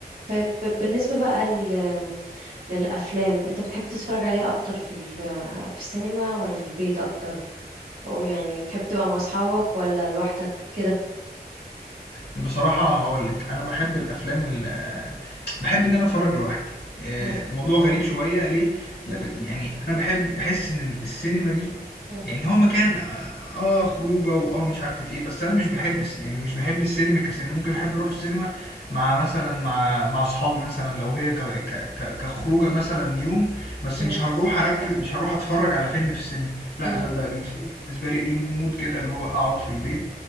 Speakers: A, on the right; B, on the left.
A: طيب ب- بالنسبة بقى ل- للأفلام أنت بتحب تتفرج عليها أكتر في ال- في السينما ولا في البيت أكتر أو يعني بتحب تبقى مع أصحابك ولا لوحدك كده
B: بصراحة هاقولك أنا باحب الأفلام ال باحب إن أنا أتفرج لوحدي آآ،
A: مم،
B: موضوع غريب شوية ليه؟ ل
A: مم،
B: يعني أنا باحب باحس إن السينما دي
A: مم،
B: يعني هو مكان اه آه خروجه واه مش عارفة ايه بس انا مش بحب الس- يعني مش بحب السينما كسينما ممكن احب اروح السينما مع مثلا مع مع اصحابي مثلا لو هي ك ك ك كخروجه مثلا يوم بس
A: مم،
B: مش هروح اركز مش هروح اتفرج على فيلم في السينما لا
A: مم،
B: انا ب- الفيلم بالنسبه لي ليه مود كده اللي هو اقعد في البيت